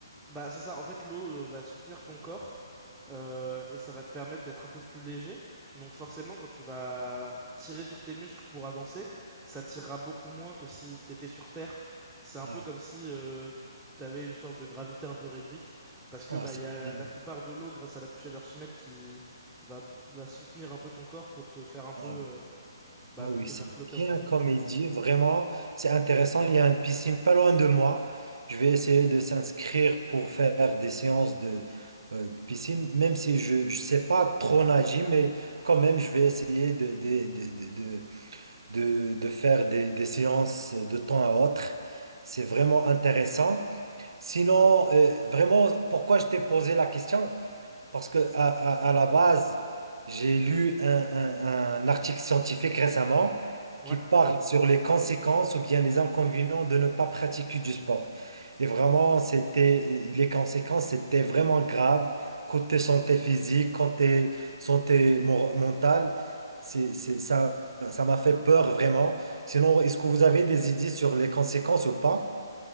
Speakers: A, in the centre; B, on the right (about 85°).
A: Bah, c'est ça, en fait, l'eau euh, va soutenir ton corps euh, et ça va te permettre d'être un peu plus léger. Donc forcément, quand tu vas tirer sur tes muscles pour avancer, ça tirera beaucoup moins que si t'étais sur Terre. C'est un
B: Ah,
A: peu comme si euh, tu avais une sorte de gravité un peu réduite, parce que
B: ah,
A: bah,
B: c'est
A: il y a
B: bien.
A: la plupart de l'eau, grâce à la poussée d'Archimède, qui va, va soutenir un peu ton corps pour te faire un peu,
B: Ah.
A: euh, bah,
B: Ah
A: pour
B: oui,
A: te
B: c'est
A: faire flotter,
B: bien
A: entre guillemets,
B: comme
A: quoi.
B: il dit, vraiment, c'est intéressant. Il y a une piscine pas loin de moi. Je vais essayer de s'inscrire pour faire des séances de, euh, de piscine, même si je ne sais pas trop nager, mais quand même, je vais essayer de, de, de, de, de, de- de faire des, des séances de temps à autre. C'est vraiment intéressant. Sinon, euh, vraiment, pourquoi je t'ai posé la question? Parce que à, à- à la base, j'ai lu un, un- un article scientifique récemment
A: Ouais.
B: qui parle sur les conséquences ou bien les inconvénients de ne pas pratiquer du sport. Et vraiment, c'était les conséquences étaient vraiment graves côté santé physique, côté santé mor- mentale. C'est, c'est- ça, ça m'a fait peur vraiment. Sinon, est-ce que vous avez des idées sur les conséquences ou pas?